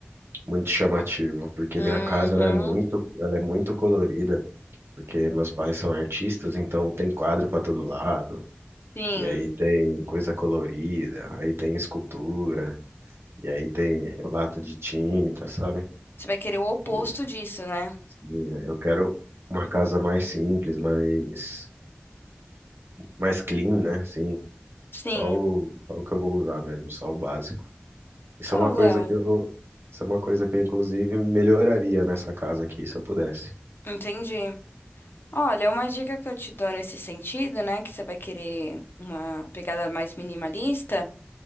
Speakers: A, on the right (about 70°); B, on the left (about 60°).
A: muito chamativo, porque
B: Uhum,
A: minha casa ela é muito ela é muito colorida. porque meus pais são artistas, então tem quadro para todo lado,
B: sim.
A: e aí tem coisa colorida, aí tem escultura, e aí tem lata de tinta, sabe?
B: Você vai querer o oposto
A: E,
B: disso, né?
A: assim, né, eu quero uma casa mais simples, mais, mais clean, né? Assim,
B: Sim.
A: só o, só o que eu vou usar mesmo, só o básico. Isso
B: Pô,
A: é uma
B: Léo,
A: coisa que eu, isso é uma coisa que eu, inclusive, melhoraria nessa casa aqui, se eu pudesse.
B: entendi. Olha, uma dica que eu te dou nesse sentido, né, que você vai querer uma pegada mais minimalista,